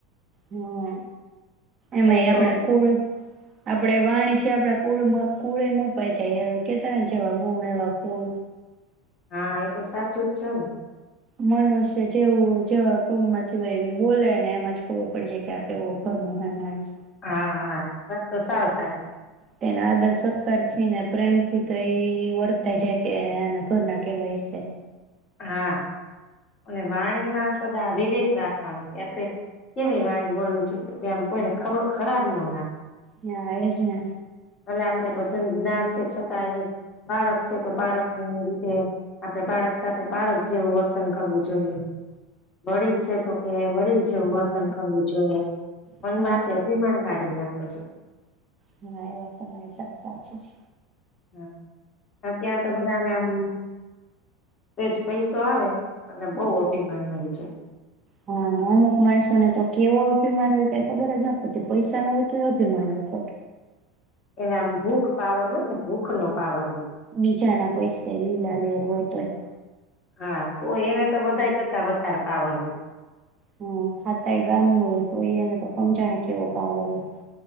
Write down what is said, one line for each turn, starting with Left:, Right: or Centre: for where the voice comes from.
Right: હમ એમાં
Left: પૈસો
Right: આપડા
Left: તો
Right: કુળ આપડે વાણી.. થી આપડા કુળ કુળે મપાય જાય કે તા હોય જેવા ગુણ એવા કુળ.
Left: હા એ તો સાચું જ છે ને.
Right: મનુષ્ય જેવું જે કુળ માંથી હોય એ બોલે ને એમાં જ ખબર પડી જાય કે આ કેવું ઘર ન હોય માણસ.
Left: હા હા વાત તો સાવ સાચી.
Right: તેના આદર સત્કાર છે ને પ્રેમ થી તો એ વર્તાય જાય કે આના ઘરના કેવા હિસે.
Left: હા અને વાણીમાં સદા વિવેક રાખવાનો કે આપણે કેવી વાણી બોલવું છું કે કે આમ કોઈને ખ ખરાબ ન લાગે.
Right: ના એજ ને.
Left: ભલે આપડે બધું જ્ઞાન છે છતાં એ બાળક છે તો બાળકને રીતે આપડે બાળક સાથે.. બાળક જેવું વર્તન કરવું જોઈએ વડીલ છે તો કે- દિલ જેવું
Right: હા
Left: વર્તન કરવું જોઈએ પણ
Right: હા
Left: માથી અભિમાન કાઢી ના. અચ્છા.
Right: ના એ વાત તમારી સ સાચી છેજ.
Left: હ અત્યારે તો બધાને આમ તેજ પૈસો આવે અને બહુ અભિમાન આવી જાય.
Right: હા અમુક માણસોને તો કેવો અભિમાન હોય ક ખબર જ ના પડતી પૈસા નો હોય તો એ અભિમાન હોય. ખત
Left: એનામ ભૂખ પાવર હોય ને ભૂખ નો પાવર. હોય.
Right: બીજા ના પૈસે લીલા લેર હોય. વન.
Left: હા તો એને તો બધા કરતા વધારે પાવર હોય.
Right: હ સાતા એ ગામ નુ હોય તોયને તો કોણ જાાણે કેવો પાવર હોય.